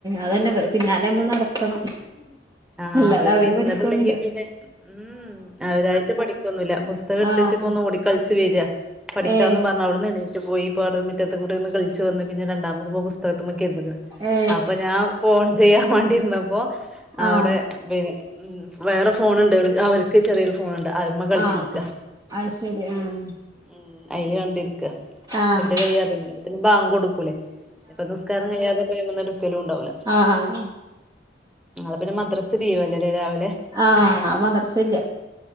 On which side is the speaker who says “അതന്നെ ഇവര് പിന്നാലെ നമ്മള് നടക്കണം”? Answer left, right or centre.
Right